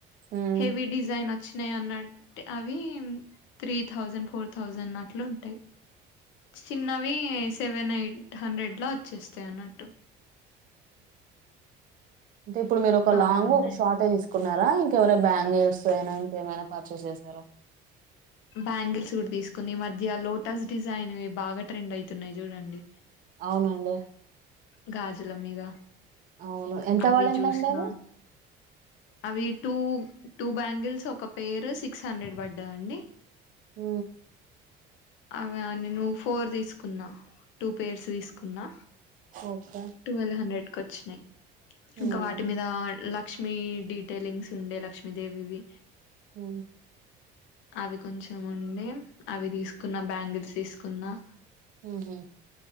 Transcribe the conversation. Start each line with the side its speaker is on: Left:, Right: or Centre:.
Right: ఉమ్
Left: హెవీ డిజైన్ వచ్చినాయి అన్నట్టు అవి త్రీ థౌసండ్ ఫోర్ థౌజండ్ అట్లు ఉంటాయి చిన్నవి సెవెన్ ఎయిట్ హండ్రెడ్ లో వచ్చేస్తాయి అన్నట్టు
Right: అంటే ఇప్పుడు మీరు ఒక
Left: అవి
Right: లాంగ్
Left: ఉన్నాయి
Right: ఒక షార్ట్ ఏ తీసు కున్నారా ఇంకేమన్నా బ్యాంగిల్స్ అయినా ఇంకేమైనా పర్చేస్ చేసారా
Left: బ్యాంగిల్స్ కూడా తీసుకుని ఈ మధ్య లోటస్ డిజైన్ ఇవి బాగా ట్రెండ్ అయతున్నాయి చూడండి
Right: అవునండి
Left: గాజుల మీద
Right: అవును ఎంత
Left: అవి
Right: పడిందండి
Left: చూసిన
Right: అది
Left: అవి టూ టూ బ్యాంగిల్స్ ఒక పేర్ సిక్స్ హండ్రెడ్ పడ్డాయి అండి
Right: ఊ
Left: అవ నేను ఫోర్ తీసుకున్నా టూ పేర్స్ తీసుకున్నా
Right: ఓకే
Left: టువల్ హండ్రెడ్ కి వచ్చినాయి ఇంకా
Right: ఉమ్
Left: వాటి మీద లక్ష్మ లక్ష్మీ డీటెయిలింగ్స్ ఉండే లక్ష్మీదేవివి
Right: ఊ
Left: అవి కొంచెం ఉండే అవి తీసుకున్న బ్యాంగిల్స్ తీసుకున్న
Right: ఉహు